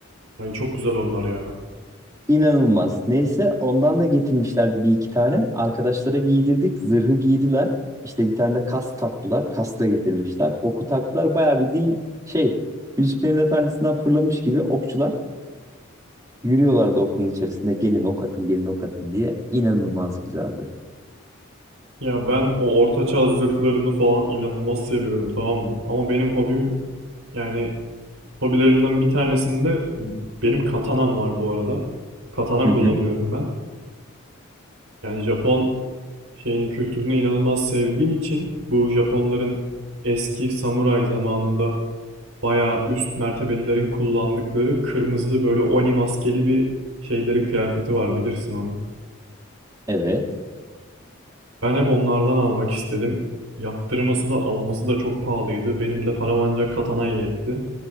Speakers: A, on the right; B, on the right.
A: Ay çok güzel onlar ya.
B: İnanılmaz. Neyse ondan da getirmişlerdi bir iki tane. Arkadaşlara giydirdik. Zırhı giydiler. İşte bir tane de kas taktılar. Kas da getirmişler. Oku taktılar. Bayağı bildiğin şey Yüzüklerin Efendisi'nden fırlamış gibi okçular yürüyorlardı okulun içerisinde. Gelin ok atın, gelin ok atın diye. İnanılmaz güzeldi.
A: Ya ben o ortaçağ zırhlarını falan inanılmaz seviyorum tamam mı? Ama benim hobim yani Hobilerimden bir tanesinde benim katanam var bu arada. Katana
B: Hı
A: kullanıyorum
B: hı.
A: ben. Yani Japon şeyini kültürünü inanılmaz sevdiğim için bu Japonların eski samuray zamanında bayağı üst mertebelilerin kullandıkları kırmızı böyle oni maskeli bir şeyleri kıyafeti var bilirsin onu.
B: Evet.
A: Ben hep onlardan almak istedim. Yaptırması da alması da çok pahalıydı. Benim de param ancak katanaya yetti.